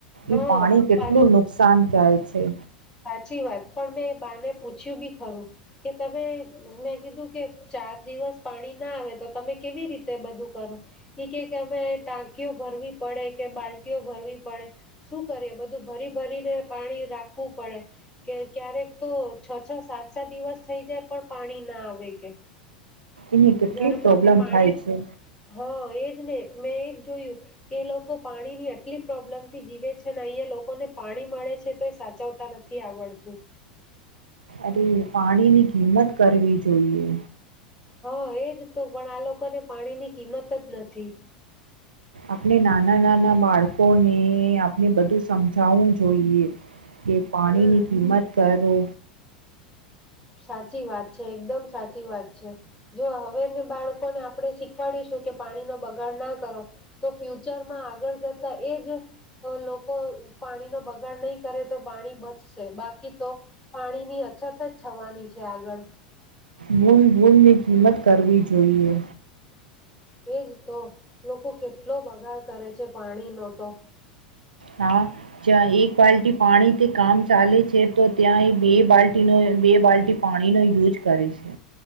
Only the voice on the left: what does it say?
હા
પા
સાચી વાત પણ મેં એ બાને પૂછ્યું બી ખરું કે તમે મેં કીધું કે ચાર દિવસ પાણી ના આવે તો તમે કેવી રીતે બધું કરો એઈ કે કે અમે ટાંકીઓ ભરવી પડે કે બાલ્ટઓ ભરવી પડે શું કરીએ બધું ભરી ભરીને પાણી રાખવું પડે કે ક્યારેક તો છ છ સાત સાત દિવસ થઈ જાય પણ પાણી ના આવે કે
ઘરમાં
કે પાણી
હ એ જ ને મેં એજ જોયું કે એ લોકો પાણીની આટલી પ્રોબ્લેમ થી જીવે છે ને અહિયાયાં લોકોને પાણી મળે છે તો એ સાચવતા નથી આવડતું
હા એજ તું પણ આ લોકોને પાણીની કિંમત જ નથી.
હમ
સાચી વાત છે એકદમ સાચી વાત છે, જો હવેને બાળકોને આપડે શીખવાડીશું કે પાણી નો બગાડ ના કરો, તો ફ્યુચર માં આગળ જતા એજ, લોકો પાણી નો બગાડ નહી કરે. તો પાણી બચશે બાકી તો, પાણીની અછત જ થવાની છે આગળ.
એજ તો લોકો કેટલો બગાડ કરે છે પાણીનો તો.